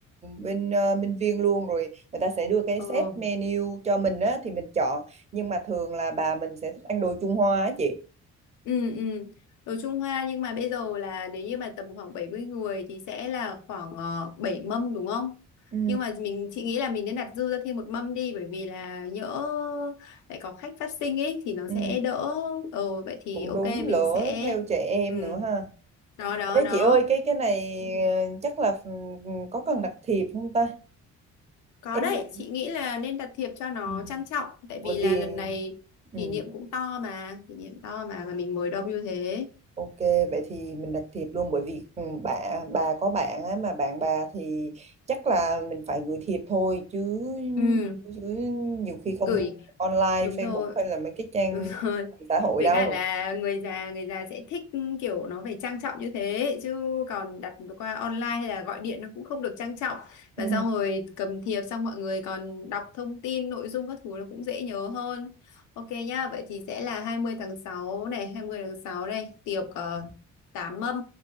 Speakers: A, on the right; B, on the left.
A: bên uh, Minh Viên luôn rồi người ta sẽ đưa cái
B: ờ
A: set menu cho mình á thì mình chọn nhưng mà thường là bà mình sẽ thích ăn đồ Trung Hoa á chị.
B: Ừ, ừ. Đồ Trung Hoa nhưng mà bây giờ là nếu như mà tầm khoảng 70 người thì sẽ là khoảng ờ, 7 mâm đúng không?
A: Ừ,
B: Nhưng mà mình chị nghĩ là mình nên đặt dư ra thêm một mâm đi bởi vì là nhỡ lại có khách phát sinh ấy thì nó
A: ừ,
B: sẽ đỡ. Ừ vậy thì
A: cũng
B: ok
A: đúng
B: mình
A: lỡ
B: sẽ
A: theo trẻ em
B: ừ.
A: nữa ha.
B: Đó đó
A: Ê
B: đó.
A: chị ơi cái cái này
B: Ừ.
A: uh, chắc là ừ, có cần đặt thiệp không ta?
B: Có
A: Em
B: đấy, chị nghĩ là nên đặt thiệp cho nó
A: ừ,
B: trang trọng tại
A: bởi
B: vì là
A: vì
B: lần này
A: ừ.
B: kỷ niệm cũng to mà, kỷ niệm to mà mà mình mời đông như thế.
A: Ok, vậy thì mình đặt thiệp luôn bởi vì ừ, bà bà có bạn á, mà bạn bà thì chắc là mình phải gửi thiệp thôi chứ
B: Ừ,
A: chứ nhiều khi không
B: gửi
A: online
B: đúng
A: Facebook
B: rồi
A: hay là mấy cái trang
B: Đúng rồi.
A: mạng xã hội
B: Với
A: đâu.
B: cả là người già người già sẽ thích kiểu nó phải trang trọng như thế chứ còn đặt qua online hay là gọi điện nó cũng không được trang trọng và
A: Ừ.
B: xong rồi cầm thiệp xong mọi người còn đọc thông tin nội dung các thứ nó cũng dễ nhớ hơn. Ok nhá, vậy thì sẽ là 20 tháng 6 này, 20 tháng 6 này, tiệc ờ,
A: Ừ,
B: Tám Mâm